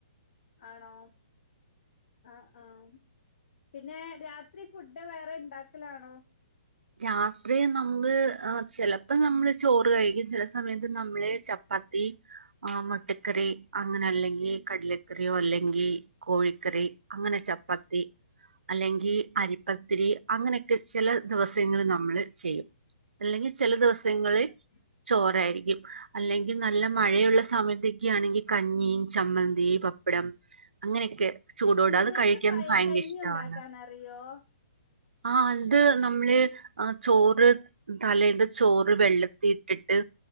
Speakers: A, on the left (about 55°); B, on the right (about 75°).
A: ആണോ ആ ആ പിന്നെ രാത്രി ഫുഡ് വേറെ ഇണ്ടാക്കലാണോ
B: രാത്രി നമ്മള്ചിലപ്പോ നമ്മള് ചോറ് കഴിക്കും ചില സമയത്ത് നമ്മള് ചപ്പാത്തി ആ മുട്ടക്കറി അങ്ങനെ അല്ലെങ്കി കടലക്കറിയോ അല്ലെങ്കി കോഴിക്കറി അങ്ങനെ ചപ്പാത്തിയും അല്ലെങ്കി അരിപ്പത്തിരി അങ്ങനെയൊക്കെ ചില ദെവസങ്ങൾ നമ്മള് ചെയ്യും അല്ലെങ്കിൽ ചില ദെവസങ്ങളിൽ
A: ആഹ് അതെ
B: ചോറായിരിക്കും അല്ലെ നല്ല മഴയുള്ള സമയത്തൊക്കെ ആണെങ്കിൽ കഞ്ഞീം ചമ്മന്തി പപ്പടം അങ്ങനെയൊക്കെ ചൂടോടെ
A: നിങ്ങക്ക്
B: അത് കഴിക്കാൻ
A: പയങ്കഞ്ഞി
B: ഭയങ്കര ഇഷ്ടമാണ്
A: ഉണ്ടാക്കാൻറിയോ
B: ആ അന്ത് നമ്മള് ആ ചോറ് തലേന്ന് ചോറ് വെള്ളത്തി ഇട്ടിട്ട്